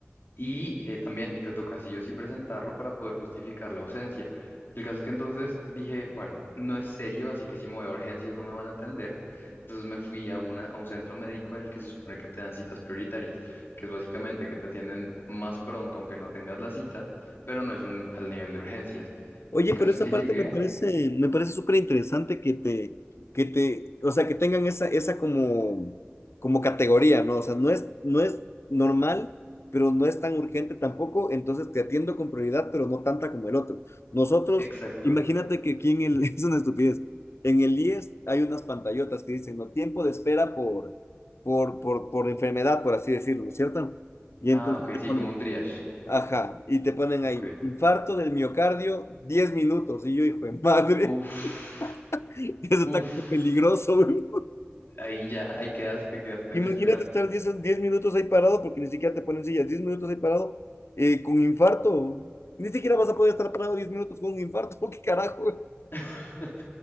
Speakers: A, on the left; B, on the left.
A: Y eh, también te toca sí o sí presentarlo para poder justificar la ausencia. El caso es que entonces dije, bueno, no es serio, así que si me voy a urgencias no me van a atender. Entonces me fui a, una- a un centro médico en el que se supone que te dan citas prioritarias, que es básicamente que te atienden más pronto aunque no tengas la cita, pero no es un, al nivel de urgencias.
B: Oye,
A: El caso
B: pero esa
A: es que
B: parte
A: llegué,
B: me parece, me parece súper interesante que te, que te, o sea, que tengan esa, esa como, como categoría, ¿no? O sea, no es, no es normal, pero no es tan urgente tampoco, entonces te atiendo con prioridad, pero no tanta como el otro. Nosotros,
A: exacto.
B: imagínate que aquí en el, <laughs> es una estupidez, en el IES hay unas pantallotas que dicen, no, tiempo de espera por, por, por, por enfermedad, por así decirlo, ¿no es cierto? Y
A: Ah,
B: entonces
A: ok,
B: te
A: sí,
B: ponen,
A: como un triage.
B: Ajá, y te ponen
A: Ok.
B: ahí, infarto del miocardio, 10 minutos. Y yo, hijo de madre,
A: Uf,
B: <laughs> eso
A: uf,
B: está como peligroso, güey.
A: ahí ya, ahí quedaste, quedaste en
B: Imagínate
A: espera.
B: estar diez diez minutos ahí parado, porque ni siquiera te ponen sillas, 10 minutos ahí parado, eh, con infarto. Ni siquiera vas a poder estar parado 10 minutos con un infarto, <laughs> ¿qué carajo? güey?
A: <laughs>